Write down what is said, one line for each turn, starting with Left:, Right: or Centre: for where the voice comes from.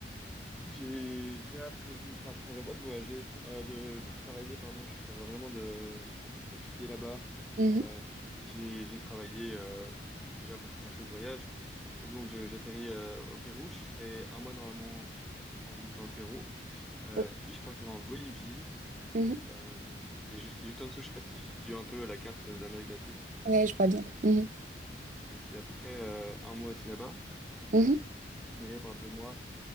Centre: Du coup, j'ai déjà prévu, enfin, je prévois pas de voyager, je pr- euh, de travailler, pardon, je prévois vraiment de, de profiter là-bas.
Right: mhm.
Centre: Euh, j'ai, j'ai travaillé euh, déjà pour financer ce voyage, et donc je- j'atterris euh, au Pérou, je ferai un mois normalement en visitant le Pérou, Euh,
Right: Ok.
Centre: puis je partirai en Bolivie,
Right: Mhm.
Centre: Euh, c'était juste, c'est juste en dessous, je sais pas si tu as un peu la carte de l'Amérique latine,
Right: Ouais, je vois bien. Mhm.
Centre: et puis après euh, un mois aussi là-bas,
Right: Mhm.
Centre: je finirai par deux mois